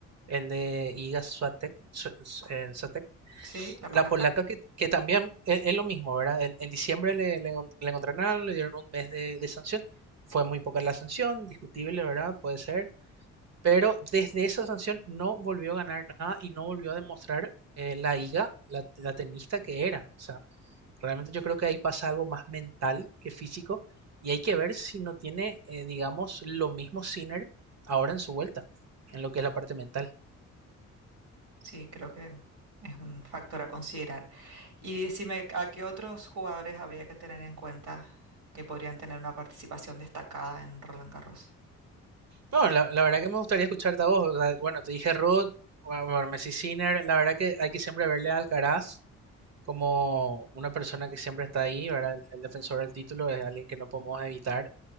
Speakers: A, on the right; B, on the right.
A: el de Iga Swiatek, Swi- eh, Swiatek,
B: Sí, la
A: la
B: polaca,
A: polaca que, que también e- es, lo mismo, ¿verdad? En, en diciembre le, le encon- le encontraron, algo, le dieron un mes de, de sanción. Fue muy poca la sanción, discutible, ¿verdad? Puede ser. Pero desde esa sanción no volvió a ganar nada y no volvió a demostrar eh, la IGA, la, la tenista que era. O sea, realmente yo creo que ahí pasa algo más mental que físico y hay que ver si no tiene, eh, digamos, lo mismo Sinner ahora en su vuelta, en lo que es la parte mental.
B: sí, creo que es un factor a considerar. Y decime, ¿a qué otros jugadores habría que tener en cuenta que podrían tener una participación destacada en Roland Garros?
A: No, la, la verdad que me gustaría escucharte a vos. o sea, bueno, te dije Ruth, bueno, bueno, Messi Sinner. La verdad que hay que siempre verle a Alcaraz como una persona que siempre está ahí, ¿verdad? El, el defensor del título es alguien que no podemos evitar,